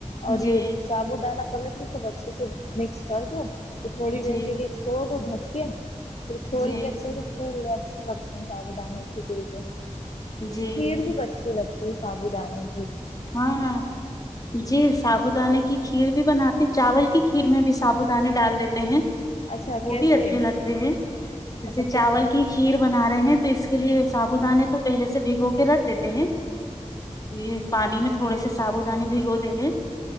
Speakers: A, on the left; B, on the left.
A: اور
B: جی
A: یہ سابو دانہ پلٹ بھی خوب اچھے سے مکس کر دو تو تھوڑی دیر
B: جی
A: کے لیے چھوڑ دو ڈھک کیا پھر کھول
B: جی
A: کے اچھے سے ڈھونو اچھے لگتے ہیں ساودانی کھ تو
B: جی
A: کھیر بھی بچھی لگتی سابو دان ہے
B: ہاں جی سابو دانے کی کھیر بھی بناتا چاول کی کھیر میں بھی سابو دانے ڈال دیتے ہیں
A: اچھا
B: وہ
A: کیسے
B: بھی اچھے لگتے ہیں جیسے
A: اچھا
B: چاول
A: کیسے بناتی
B: کی کھیر بنا رہے ہیں تو اس کے لیے ایے سابو دانے تو پہے سے بھگو کے رکھ دیتے ہیں یہ میں تھوڑے سے سابو دانی بھگو دیں گے